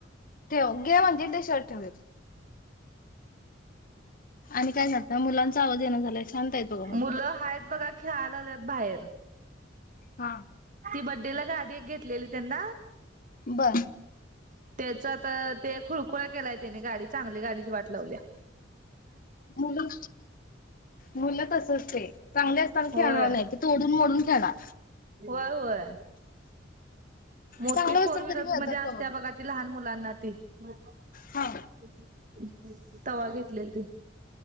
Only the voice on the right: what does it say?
मुलं हायच बघा खेळालाल्यात बाहेर-
ती बर्थडे गाडी घेतली त्यांना
त्याच ते तर <inaudible> खुळकुळा केलाय त्यानी गाडी चांगली गाडीची वाट लावलीया
होय.
होय व्हय मोठी
फोर
व्हीलर
मध्ये असते
बघा ती लहान मुलांना ती <unintelligible>
तवा घेतलेल ते